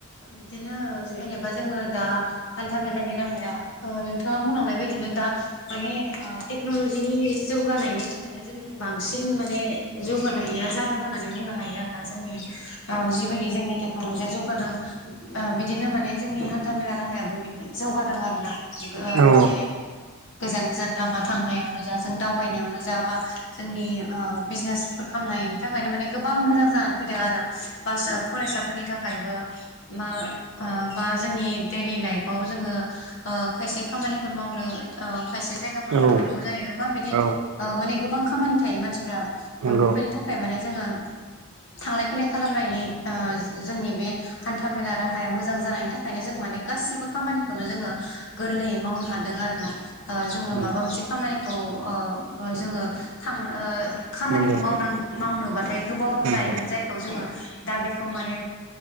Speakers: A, on the left; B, on the right.
A: बिदिनो जेनेबा जोङो दा हान्था मेलानि राहाया ओ नोंथाङा बुंलांनाय बायदिनो दा माने ओ टेक्नलजिनि जौगानायनि थाखायनो जों बांसिन माने जौगानाया जादों होननानै बुंनो हायो आरोना जोंनि ओ जिबायदि जोंनि टेक्न'लजिया जौगादों ओ बिदिनो माने जोंनि हान्था मेला राहायाबो जौगादों आरोना गो
B: औ
A: माने गोजान गोजान लामा थांनायावनो जा जों दावबायनायावनो जा बा जोंनि ओ बिजनेस फोर खालामनायनि थाखायनो माने गोबां मोजां जानानै फैदों आरो बास फरायसाफोरनि थाखायबो मा बा जोंनि दैलि लाइफआव जोङो ओ खायसे खामानिफोर मावनो खायसे जाय थांनांगौ
B: औ
A: जायो बा बिदि
B: औ
A: माने गोबां खामानि थायो मानसिफ
B: नंगौ
A: बेफोरनि थाखाय माने जोङो थांलाय फैलाय खालामनायनि ओ जोंनि बे हान्था मेला राहाया मोजां जानायनि थाखायनो जों माने गासैबो खामानिखौनो जोङो गोरलैयै मावनो हादों आरोना ओ जोङो
B: नंगौ
A: माबा मोनसे खामानिखौ जोङो थांनो खामानिखौ
B: नंगौ
A: माव मावनोबाथाय गोबाव
B: नंगौ
A: लायोमोन जाय खौ जोङो दा बेखौ माने